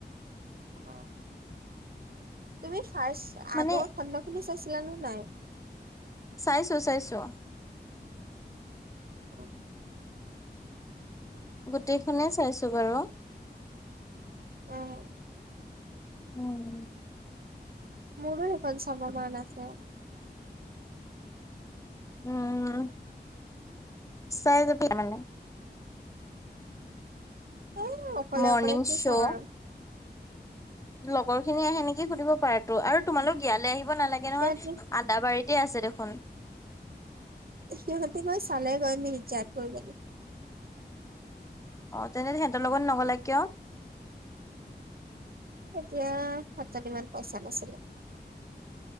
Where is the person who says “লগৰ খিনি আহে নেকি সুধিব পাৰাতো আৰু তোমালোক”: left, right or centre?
Left